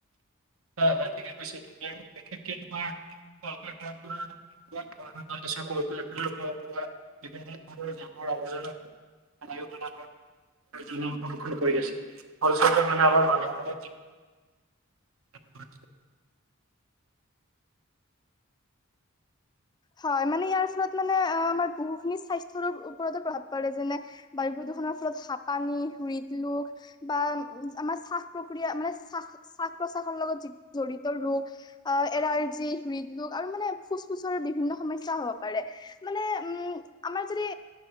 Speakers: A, on the right; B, on the left.
A: হয়, হয়, ঠিকে কৈছে তুমি আৰু বিশেষকে তোমাৰ কল কাৰখানাৰ পৰা <inaudible> <inaudible> কৰি আছে ফলস্বৰূপে, মানে আমাৰ মানুহৰ <inaudible>
B: হয়, মানে ইয়াৰ ফলত মানে আমাৰ বহুখিনি স্বাস্থ্যৰ ওপৰতে প্ৰভাৱ পৰে। যেনে বায়ু প্ৰদূষণৰ ফলত হাঁপানী, হৃদ ৰোগ বা আমাৰ শ্বাস প্ৰক্ৰিয়া মানে শ্বাস প্ৰশ্বাসৰ লগত যি জড়িত ৰোগ আহ এলাৰ্জি, হৃদৰোগ আৰু মানে ফুচ-পুচাৰ বিভিন্ন সমস্যা হ'ব পাৰে মানে উম, আমাৰ যদি